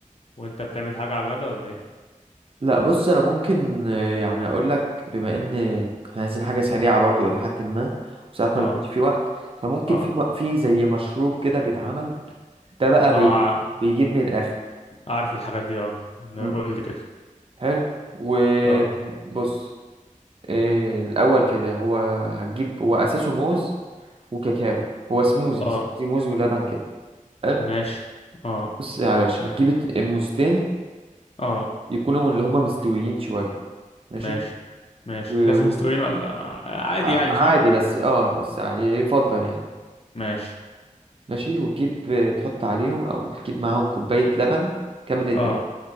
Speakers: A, on the left (about 45°); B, on the right (about 40°).
A: وانت بتعمل حاجة على الغدا ولا ايه؟
B: لا بص أنا ممكن آه، يعني أقول لك بما إن إحنا عايزين حاجة سريعة برضو إلى حد ما وساعات
A: اه
B: ما بيكونش في وقت فممكن
A: اه
B: في م- في زي مشروب كده بيتعمل ده بقى
A: اه
B: بي بيجيب من الآخر
A: عارف الحاجات دي اه
B: امم
A: قول لي كده
B: حلو وبص
A: اه
B: آه، الأول كده هو هتجيب هو أساسه موز وكاكاو هو سموزي
A: اه
B: سموزي موز ولبن كده حلو
A: ماشي اه
B: بص يا باشا هتجيب ات- موزتين
A: اه
B: يكونوا من اللي هما مستويين شوية ماشي
A: ماشي ماشي
B: و...
A: لازم
B: و...
A: مستويين ولا عادي
B: ع-
A: يعني
B: عادي
A: صح
B: بس اه بس ع- يفضل يعني
A: ماشي
B: ماشي وتجيب تحط عليهم او تجيب معاهم كوباية لبن كامل الدسم
A: اه